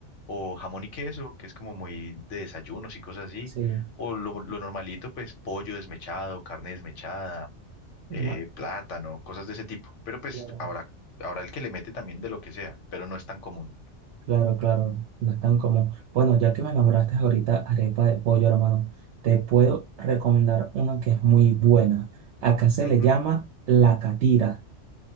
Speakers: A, on the left (about 75°); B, on the right (about 70°).
A: o jamón y queso, que es como muy de desayunos y cosas así,
B: Sí.
A: o lo, lo normalito, pues pollo desmechado, carne desmechada, eh,
B: Ah,
A: plátano, cosas de ese tipo. Pero pues
B: claro.
A: habrá, habrá el que le mete también de lo que sea, pero no es tan común.
B: Claro, claro, no están como, bueno, ya que me nombraste ahorita arepa de pollo, hermano, te puedo recomendar una que es muy buena. Acá se
A: Ujú,
B: le llama la catira.